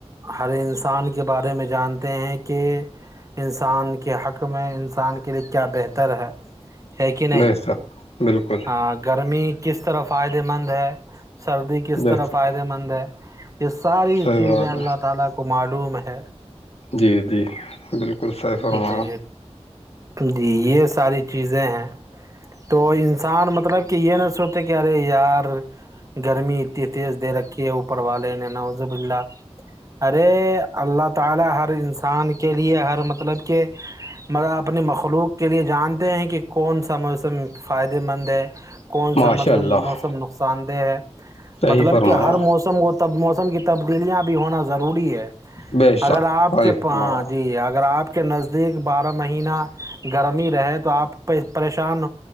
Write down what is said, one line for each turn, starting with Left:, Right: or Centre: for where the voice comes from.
Right: ہر انسان کے بارے میں جانتے ہیں کہ انسان کے حق میں انسان کے لیے کیا بہتر ہے ہے کہ نہیں
Left: بے شک بالکل
Right: ہ گرمی کس طرح فائدے مند ہے سردی کس
Left: بے
Right: طرح
Left: شک
Right: فائدے مند ہے یہ ساری
Left: صحیح
Right: چیزیں
Left: بات
Right: اللہ
Left: ہے
Right: تعالی کو معلوم ہے
Left: جی جی بالکل صحیح فرمایا
Right: جی جی یہ ساری چیزیں ہیں تو انسان مطلب کہ یہ نہ سوچتے کہ ارے یار گرمی اتنی تیز دے رکھی ہے اوپر والے نے نوازب اللہ ارے اللہ تعالی ہر انسان کے لیے ہر مطلب کہ مگر اپنی مخلوق کے لیے جانتے ہیں کہ کون سا موسم فائدے مند ہے کون سا
Left: ماشاء
Right: مطلب
Left: اللہ
Right: موسم نقصان دہ ہے
Left: صحیح
Right: مطلب
Left: فرمایا
Right: کہ ہر موسم موسم کو تب موسم کی تبدیلیاں بھی ہونا ضروری ہے
Left: بے شک
Right: اگر آپ
Left: صحیح
Right: کےاں
Left: فرمایا
Right: جی اگر آپ کے نزدیک بارہ مہینہ گرمی رہے تو آپ پریشان